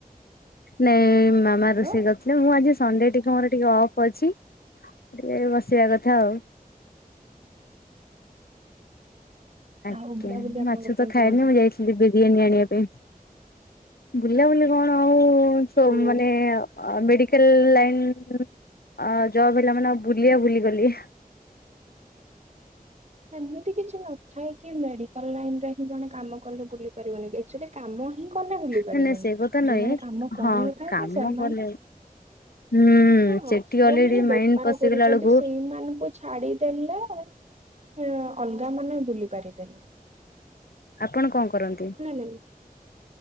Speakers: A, on the left; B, on the right.
A: ନାଇଁ ମାମା
B: ହ୍ୟାଲୋ
A: ରୋଷେଇ କରିଟଥିଲେ ମୁଁ ଆଜି ସଣ୍ଡେ ଟିକେ ମୋର ଟିକେ ଅଫ ଅଛି ଟିକିଏ ବସିବା କଥା ଆଉ। ଆଜ୍ଞା
B: ଆଉ ବୁଲାବୁଲି
A: ମୁଁ
B: ଆପଣଙ୍କର
A: ମାଛତ
B: କେମିତି
A: ଖାଏନି
B: କଣ ଚାଲିଛି?
A: ମୁଁ ଯାଇଥିଲି ବିରିୟାନୀ ଆଣିବା ପାଇଁ। ବୁଲାବୁଲି କଣ ଆଉ ସ
B: ଓହୋ
A: ମାନେ ଅ ମେଡିକାଲ ଲାଇନ ଅ ଜବ ହେଲା ମାନେ ଆଉ ବୁଲିବା ବୁଲିଗଲି।
B: ସେମିତି କିଛି ନଥାଏକି ମେଡିକାଲ ଲାଇନରେହିଁ ଜଣେ କାମ କଲେ ବୁଲି ପାରିବନି ଏକଚୁଲି କାମ ମୁଁ କଣ ପାଇଁ ବୁଲି ପାରିବନି
A: ନାଇଁ ନାଇଁ ସେ କଥା ନୁହେଁ
B: ଯୋଉମାନେ କାମ କରୁନଥାନ୍ତେ
A: ହଁ କାମ
B: ସେମାନେ
A: କଲେ ହୁଁ
B: ହଁ
A: ସେଠି
B: ଯୋଉମାନେ
A: ଅଲରେଡି ମାଇଣ୍ଡ
B: ବେପାର
A: ପଶିଗଲା
B: କରୁଚନ୍ତି
A: ବେଳକୁ
B: ସେଇମାନଙ୍କୁ ଛାଡିଦେଲେ। ସିଏ ଅଲଗା ମାନେ ବୁଲି ପାରିବେ।
A: ଆପଣ କଣ କରନ୍ତି?
B: ନାଇଁ